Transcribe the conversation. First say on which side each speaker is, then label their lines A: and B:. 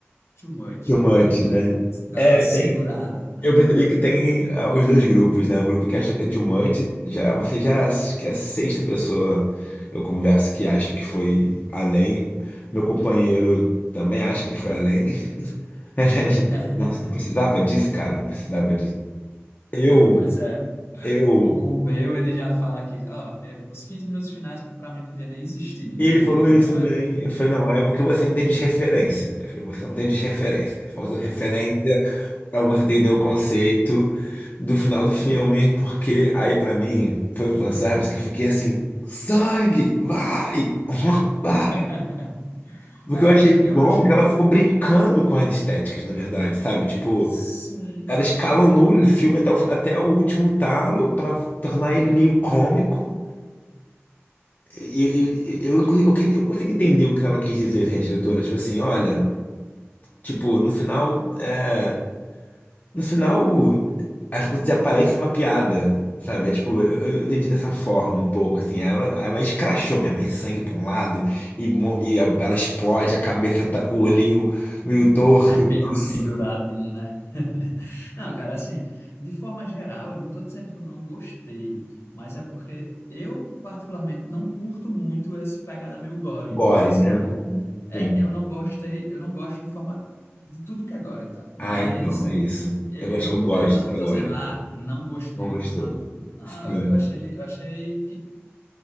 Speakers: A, on the left (about 65°); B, on the left (about 40°).
A: Too much,
B: Too
A: eu
B: much,
A: poderia ter
B: né?
A: dado
B: É,
A: uma segurada.
B: tem. Eu percebi que tem ah, os dois grupos, né? O grupo que acha que é too much, já, você já acha que é a sexta pessoa eu converso que acha que foi além. Meu companheiro também acha que foi além. <laughs> Ele
A: <laughs>
B: acha, Nossa, não precisava disso, cara, não precisava disso. Eu,
A: Pois é,
B: eu.
A: o, o meu ele já fala que, ó, eh, os 15 minutos finais para mim podia nem existir,
B: E ele
A: ele
B: falou
A: diz,
B: isso
A: né? Mas...
B: também. Eu falei, não, é porque você não tem desreferência. Eu falei, você não tem desreferência. Falta referência pra você entender o conceito do final do filme, porque aí pra mim foi o fanservice que eu fiquei assim, sangue, vai, <laughs> vai.
A: <laughs>
B: Porque
A: Não,
B: eu achei
A: eu, eu
B: bom
A: eu achei.
B: que ela ficou brincando com as estéticas, na verdade, sabe? Tipo,
A: Sim.
B: ela escalonou o filme até o, até o último talo pra tornar ele meio cômico. E, e- eu, eu, eu, eu consigo entender o que ela quis dizer, assim, a diretora. Tipo assim, olha, tipo, no final. é, No final, as coisas desaparecem uma piada, sabe? É tipo, eu, eu eu entendi dessa forma um pouco, assim. Ela, ela escrachou mesmo, aí sangue pra um lado, e, mo- e a- ela explode, a cabeça tá, o olhinho meio torto.
A: Pendu-
B: Nossa,
A: Penduradinho, né? <laughs> Não, cara, assim, de forma geral, eu não tô dizendo que eu não gostei, mas é porque eu, particularmente, não curto muito esse pegada meio gore.
B: gore,
A: Então, assim,
B: né?
A: Agora, né? é,
B: Sim.
A: eu não gostei, eu não gosto de forma de tudo que é gore, então. Mas
B: Ah, então, é
A: Hum.
B: isso.
A: eu,
B: Eu
A: eu
B: acho
A: não,
B: que eu gosto
A: eu não
B: que
A: tô
B: é gore.
A: dizendo, ah, não gostei
B: Não gostou?
A: do final do filme. Não,
B: Sim,
A: eu achei, eu achei que